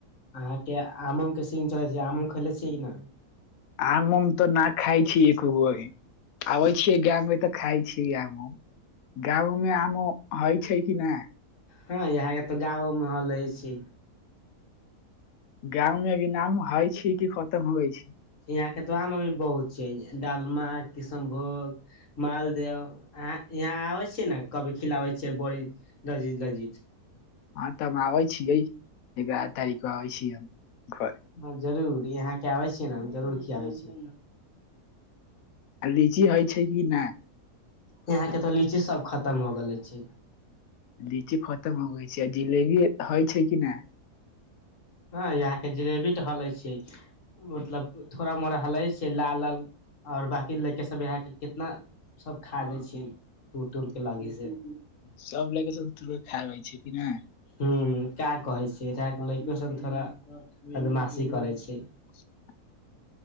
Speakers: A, on the left; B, on the left.
A: अहाँकेँ आम ऊम के सीजन चलैत छै, आम ऊम खेले छियै कि ना।
B: आम उम तऽ न खाए छि एक गो अभी आबै छीयै गांव मे तऽ खाए छि आम उम गाम मे आम होइ छै कि नाए
A: हँ इहके तऽ गाँवोमे हाँ रहै छै
B: गाँव मे नाम हइ छी कि खतम होइ छी
A: यहाँ के तऽ आम अभी बहुत छै डालमा किशनभोग मालदेव अह यहाँ आबे छियै ने कभी खिलआबे छिय बड़ी लजीद लजीद
B: हँ तऽ हम आबै छिए एगारह तारीख के आबै छि हम घर
A: ह जरूर यहाँ के आबै छियै ने जरूर खियाबै छिए
B: आ लीची होइ छै कि न
A: यहाँ के त लीची सब खत्म हो गेले छै
B: लीची खत्म होबै छै आ जिलेबी होइ छै कि नाए
A: यहाँ के जिलेबी ढल ऐछ मतलब थोड़ा मोड़ा हलै छै लाल लाल और बकी लड़का सब यहाँ के केतना सब खा जाय छियै तूड़ तूड़ के लगी से
B: सब लड़का सब तुर खाबै छै कि ना
A: हू का कहै छी लड़का सब थोड़ा बदमाशी करै छय
B: <unintelligible>